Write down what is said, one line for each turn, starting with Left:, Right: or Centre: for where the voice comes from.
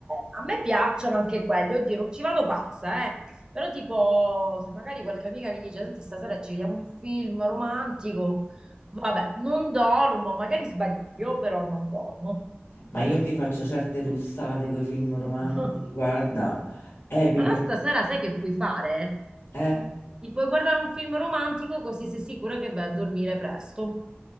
Right: a me piacciono anche quelli, oddio, non ci vado pazza, eh. Però tipo, se magari qualche amica mi dice, senti, stasera ci vediamo un film romantico, vabbè, non dormo, magari sbaglio, però non dormo. No.
Left: Ma io mi faccio certe russate con i film romantici,
Right: <laughs>
Left: guarda, epiche,
Right: Allora stasera sai che puoi fare?
Left: eh.
Right: Ti puoi guardare un film romantico così sei sicura che vai a dormire presto.